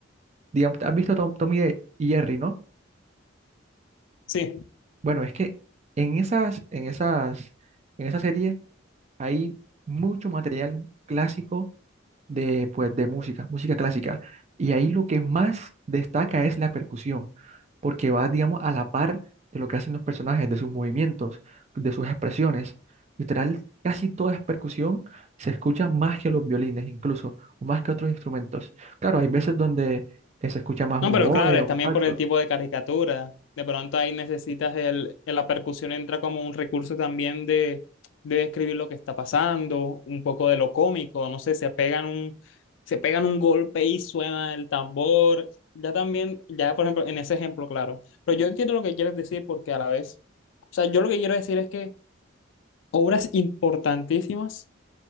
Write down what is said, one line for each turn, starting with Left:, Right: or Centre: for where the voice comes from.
Right: digamos, ¿has visto Tom, Tom y y Jerry, no?
Left: Sí,
Right: Bueno, es que en esas, en esas, en esa serie hay mucho material clásico de, pues, de música, música clásica. Y ahí lo que más destaca es la percusión, porque va, digamos, a la par de lo que hacen los personajes, de sus movimientos, de sus expresiones. Literal, casi toda es percusión, se escucha más que los violines incluso, o más que otros instrumentos. Claro, hay veces donde eh, se escucha más
Left: no,
Right: un
Left: pero
Right: oboe
Left: claro, es
Right: o un
Left: también
Right: saxo.
Left: por el tipo de caricatura. De pronto ahí necesitas el, el- la percusión entra como un recurso también de, de describir lo que está pasando, un poco de lo cómico, no sé, se pegan un, se pegan un golpe y suena el tambor. Ya también, ya por ejemplo, en ese ejemplo, claro. Pero yo entiendo lo que quieres decir porque a la vez, o sea, yo lo que quiero decir es que obras importantísimas